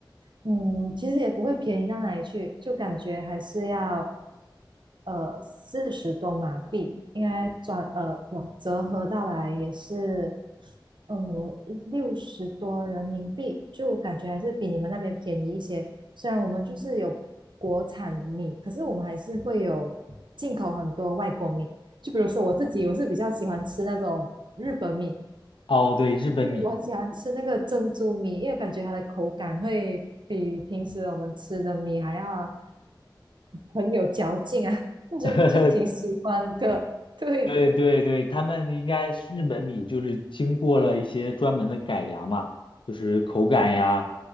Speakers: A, on the right; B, on the left.
A: 嗯，其实也不会便宜到哪里去，就感觉还是要呃四十多马币，应该转呃哇折合到来也是嗯，六十多人民币，就感觉还是比你们那边便宜一些。虽然我们就是有国产米，可是我们还是会有进口很多外国米。就比如说我自己，我是比较喜欢吃那种日本米，
B: 哦对，日本米，
A: 因为我很喜欢吃那个珍珠米，因为感觉它的口感会比平时我们吃的米还要很有嚼劲啊，<laughs> 就就挺喜欢的。
B: <laughs>
A: <laughs> 对，
B: 对对对，他们应该是日本米，就是经过了一些专门的改良嘛，就是口感呀，